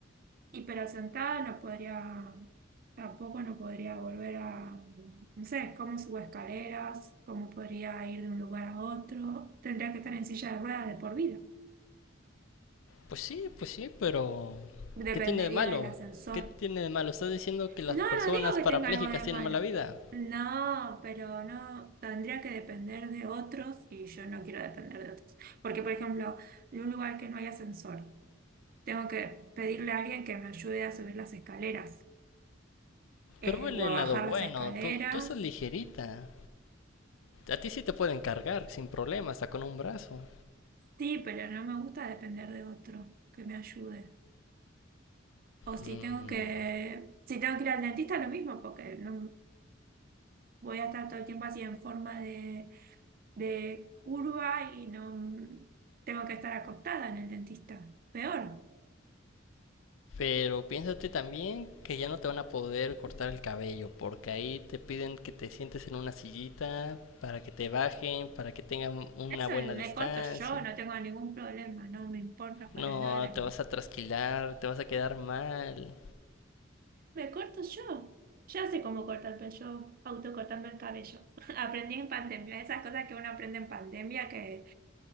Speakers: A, on the right; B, on the left.
A: y pero sentada no podría, tampoco no podría volver a, no sé, cómo subo escaleras, cómo podría ir de un lugar a otro. Tendría que estar en silla de ruedas de por vida.
B: Pues sí, pues sí, pero
A: Dependería
B: ¿qué tiene de malo?
A: del ascensor.
B: ¿Qué tiene de malo? Estás diciendo que las
A: No,
B: personas
A: no digo que
B: parapléjicas
A: tenga algo de
B: tienen
A: malo.
B: mala vida.
A: No, pero no, tendría que depender de otros y yo no quiero depender de otros. Porque, por ejemplo, en un lugar que no hay ascensor, tengo que pedirle a alguien que me ayude a subir las escaleras. eh,
B: Pero vele
A: o a
B: el
A: bajar
B: lado bueno,
A: las escaleras.
B: tú, tú estás ligerita. A ti sí te pueden cargar sin problema, hasta con un brazo.
A: Sí, pero no me gusta depender de otro que me ayude. O
B: Mm,
A: si tengo que, si tengo que ir al dentista, lo mismo, porque no voy a estar todo el tiempo así en forma de, de curva y no tengo que estar acostada en el dentista. Peor.
B: Pero piénsate también que ya no te van a poder cortar el cabello, porque ahí te piden que te sientes en una sillita para que te bajen, para que tengan una
A: Eso
B: buena distancia.
A: me corto yo, no tengo ningún problema, no me importa para
B: No,
A: nada la
B: te vas a trasquilar, te vas a quedar mal.
A: Me corto yo. Ya sé cómo cortarme yo, autocortando el cabello. <laughs> Aprendí en pandemia, esas cosas que uno aprende en pandemia que,